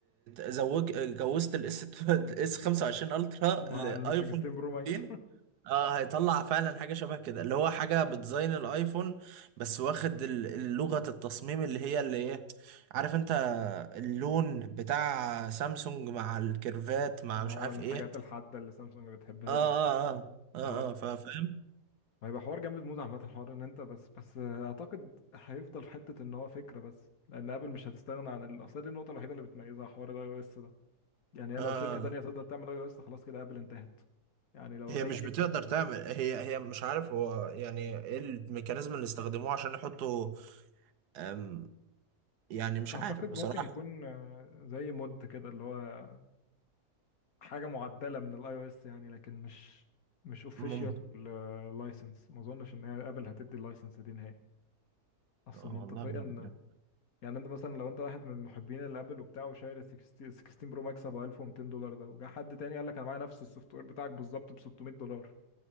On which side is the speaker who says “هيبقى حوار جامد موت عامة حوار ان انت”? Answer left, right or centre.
Left